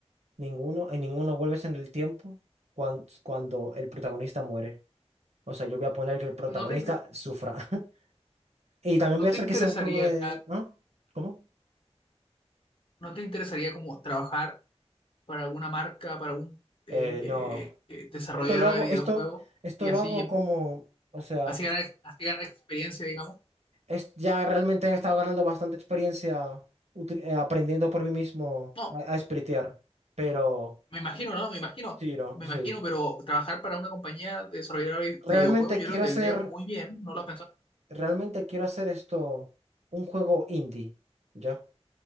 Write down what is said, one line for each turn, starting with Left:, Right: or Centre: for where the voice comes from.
Right: ninguno, en ninguno vuelves en el tiempo cuando, cuando el protagonista muere. O sea, yo voy a poner que el protagonista
Left: no te, inter-
Right: sufra. <laughs> Y también
Left: no
Right: voy a
Left: te
Right: hacer
Left: interesaría,
Right: que sea un juego de... ¿No? ¿Cómo?
Left: no te interesaría como trabajar para alguna marca, para algún eh,
Right: Eh, no.
Left: eh, desarrollador
Right: Esto lo hago,
Left: de videojuegos
Right: esto, esto
Left: y
Right: lo
Left: así,
Right: hago como, o sea,
Left: así ganar, así ganar experiencia, digamos.
Right: es, ya realmente he estado ganando bastante experiencia util- eh, aprendiendo por mí mismo
Left: No,
Right: a, a spritear. Pero
Left: me imagino, ¿no? Me imagino,
Right: sí, no,
Left: me
Right: sí.
Left: imagino, pero trabajar para una compañía desarrolladora de de
Right: Realmente
Left: videojuegos yo
Right: quiero
Left: creo que te
Right: hacer,
Left: vendría muy bien, ¿no lo has pensado?
Right: realmente quiero hacer esto un juego indie, ¿ya?